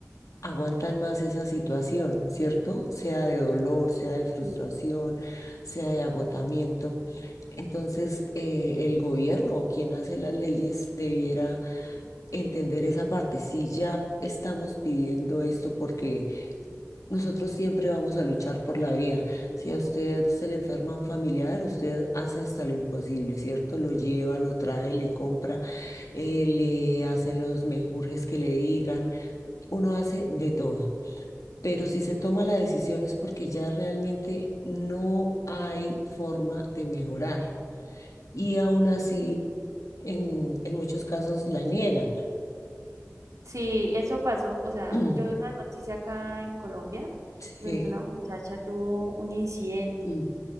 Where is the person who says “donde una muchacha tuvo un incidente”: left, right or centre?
Right